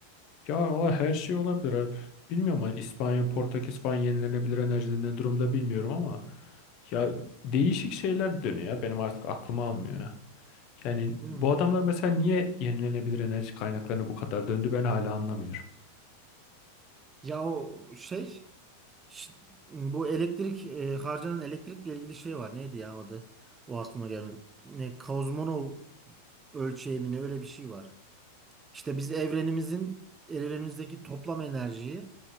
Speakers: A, on the left; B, on the right.
A: Ya valla her şey olabilir abi. Bilmiyorum hani İspanya, Portekiz falan yenilenebilir enerjide ne durumda bilmiyorum ama ya değişik şeyler dönüyor ya. Benim artık aklım almıyor ya. Yani
B: Bilmiyorum.
A: bu adamlar mesela niye yenilenebilir enerji kaynaklarına bu kadar döndü ben hala anlamıyorum.
B: Ya o şey ş- bu elektrik e, harcanan elektrikle ilgili şey var. Neydi ya adı? O aklıma gelmedi. Ne Kozmonov ölçeği mi ne öyle bir şey var. İşte biz evrenimizin evrenimizdeki toplam enerjiyi